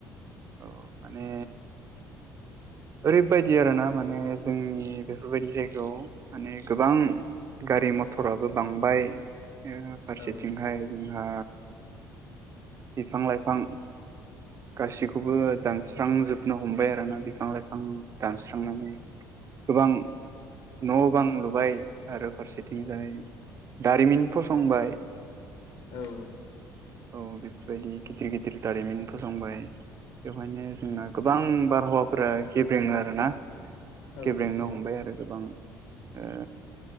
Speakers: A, on the right; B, on the left.
A: अ माने ओरैबायदि आरोना माने जोंनि बेफोरबायदि जायगायाव माने गोबां गारि मथराबो बांबाय ओ फारसेथिंहाय
B: औ
A: जोंहा बिफां लाइफां गासि खौबो दानस्रांजोबनो हमबाय आरोना बिफां लाइफां दानस्रांनानै गोबां न' बां लुबाय आरो फारसेथिंजाय दारिमिन फसंबाय
B: औ औ
A: औ बेफोरबायदि गिदिर गिदिर दारिमिन फसंबाय। बेवहायनो जोंना गोबां बारहावाफोरा गेब्रेङो आरोना
B: औ
A: गेब्रेंनो हमबाय आरो गोबां ओ